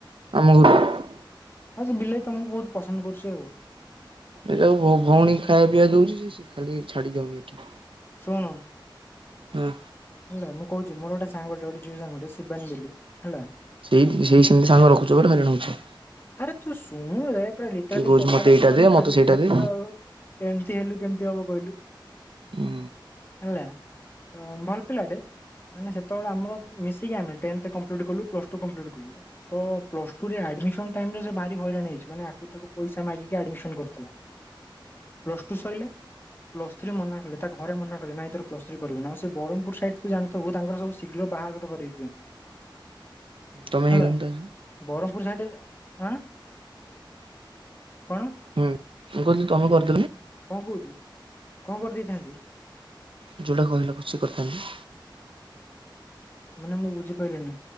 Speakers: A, on the right; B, on the left.
A: ଆମ ଘରକୁ।
B: ହଁ ସେ ବିଲେଇ ତମକୁ ବହୁତ ପସନ୍ଦ କରୁଛି ଆଉ।
A: ଏଟାକୁ ମୋ ଭଉଣୀ ଖାଇଆ ପିଇଆ ଦଉଚି ଯେ ଖାଲି ଛାଡି ଯାଉନି ଏଠି।
B: ଶୁଣୁ।
A: ହୁଁ।
B: ହେଲା ମୁଁ କହୁଛି ମୋର ଗୋଟେ ସାଙ୍ଗଟେ ଗୋଟେ ଝିଅ ସାଙ୍ଗଟେ ଶିବାନୀ ବୋଲି ହେଲା।
A: ସେଇ ତ୍ ସେଇ ସେମିତି ସାଙ୍ଗ ରଖୁଛ ବୋଲି ହଇରାଣ ହଉଚ।
B: ଆରେ ତୁ ଶୁଣୁରେ। ପା ଲିଟରାଲି
A: କହୁଛି
B: କଥା
A: ମତେ
B: ଟା
A: ଏଇଟା
B: ଶୁଣୁନୁ।
A: ଦେ ମତେ
B: ଖାଲି
A: ସେଇଟା
B: ଖାଲି
A: ଦେ।
B: ତ କେମିତି ହେଲୁ କେମିତି। କି ହବ କହିଲୁ।
A: ହୁଁ।
B: ହେଲା ତ ଭଲ ପିଲାଟେ। ମାନେ ସେତେବେଳେ ଆମର ମିଶିକି ଆମେ ଟେନ୍ଥ କମ୍ପ୍ଲିଟ୍ କଲୁ ପ୍ଲସ୍ ଟୁ କମ୍ପ୍ଲିଟ୍ କଲୁ। ପ୍ଲସ ଟୁରେ ଆଡମିସନ ଟାଇମରେ ସେ ଭାରି ହଇରାଣ ହେଇଛି। ମାନେ ଆକୁ ତାକୁ ପଇସା ମାଗିକି ଆଡମିସନ କରିଥିଲା। ପ୍ଲସ୍ ଟୁ ସଇଲା ପ୍ଲସ୍ ଥ୍ରୀ ମନା କଲେ। ତା ଘରେ ମନା କଲେ ନାଇଁ ତର ପ୍ଲସ୍ ଥ୍ରୀ କରିବୁ ନା ଆଉ ସେ ବ୍ର୍ମପୁର ସାଇଟ୍ ତୁ ଜାଣିଥିବୁ। ତାର ସବୁ ଶୀଘ୍ର ବାହାଘର କରବେ
A: ତମେ
B: ହେଲା
A: ହେଇଗଲଣି ତା ସହ।
B: ବରମପୁର ସାଇଡ ଆଁ। କଣ?
A: ହୁଁ ମୁଁ କହିଲି ତମେ କର?
B: କଣ କହୁଛୁ? କଣ କରିଦେଇଥାନ୍ତି।
A: ଯୋଉଡ଼ା କହିଲ ଖୁସି କରୁଥାନ୍ତେ।
B: ମାନେ ମୁଁ ବୁଝିପାରିଲି ନି